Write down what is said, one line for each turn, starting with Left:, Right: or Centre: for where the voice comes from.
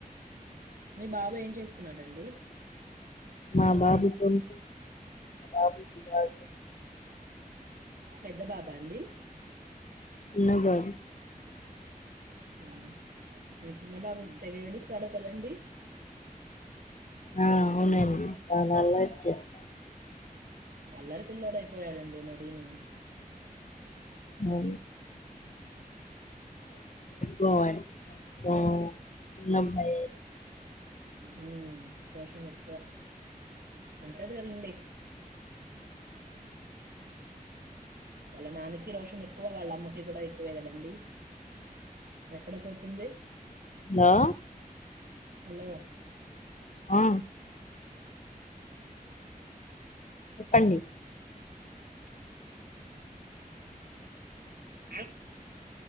Right: మీ బాబు ఏం చేస్తున్నాడండి
Left: మా బాబు కొనుకొని మా బాబు కాదు
Right: పెద్ద బాబాండి
Left: చిన్న బాబు
Right: ఆ మీ చిన్న బాబు తెగ ఏడుత్తాడు కదండి
Left: ఆ అవునండి చాలా అల్ల చేస్తా
Right: అల్లరి పిల్లోడు అయిపోయాడండి మరిను
Left: మూడు గాడ్ ఓ చిన్న అబ్బాయే
Right: ఉం రోషం ఎక్కువ ఉంటదికదిండి వాళ్ల నాన్నకి రోషం ఎక్కువ వాళ్ళమ్మ తీగుడై వేగనండి ఎక్కడ పొత్ తుంది
Left: లో
Right: హలో
Left: ఆ చెప్పండి
Right: ఐ